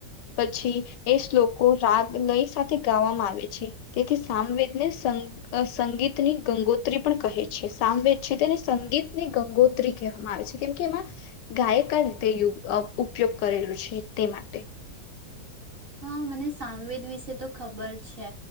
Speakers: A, on the left (about 75°); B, on the right (about 35°).
A: પછી એ શ્લોકો રાગ લય સાથે ગાવામાં આવે છે તેથી સામવેદને સ સંગીતની ગંગોત્રી પણ કહે છે સામવેદ છે તેને સંગીતની ગંગોત્રી કહેવામાં આવે છે કેમ કે એમાં ગાયકા રીતે અ ઉપયોગ કરેલું છે તે માટે
B: હા મને સામવેદ વિશે તો ખબર છે